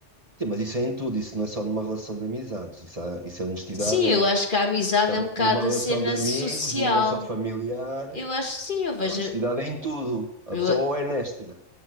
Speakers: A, on the right; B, on the left.
A: Sim, mas isso é em tudo, isso não é só numa relação de amizades. Isso, é- isso é honestidade,
B: Sim,
A: é
B: eu acho que a amizade
A: tam-
B: é um bocado
A: numa
B: a
A: relação
B: cena
A: de amigos,
B: social.
A: numa relação familiar.
B: Eu acho que sim, eu vejo.
A: A honestidade é em tudo. A
B: Eu,
A: pessoa ou é honesta